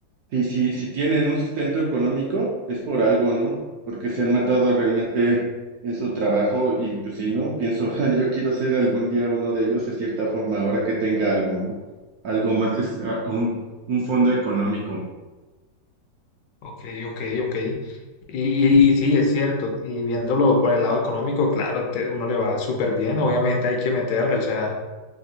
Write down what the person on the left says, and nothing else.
Ok, ok, ok. Y, y- y sí, es cierto. Y viéndolo por el lado económico, claro, te- uno le va súper bien. Obviamente hay que meterle, o sea,